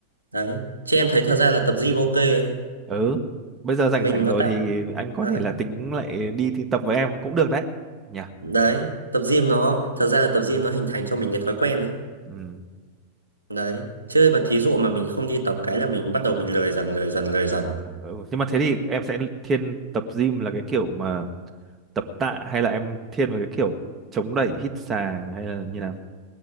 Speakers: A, on the right; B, on the right.
A: Đấy, chứ em thấy thật ra là tập gym ok nhá.
B: ừ. Bây giờ rảnh
A: Mình
B: rảnh
A: nó
B: rồi
A: tạo
B: thì anh có
A: đấy,
B: thể là tính lại đi, đi tập với em cũng được đấy. Nhỉ.
A: đấy, tập gym nó thật ra là tập gym nó hình thành cho mình cái thói quen ấy.
B: Ừ.
A: Đấy, chứ mà thí dụ mà mình không đi tập cái là mình bắt đầu mình lười dần lười dần lười dần.
B: Ừ, nhưng mà thế thì em sẽ thiên tập gym là cái kiểu mà tập tạ hay là em thiên vào cái kiểu chống đẩy hít xà hay là như nào?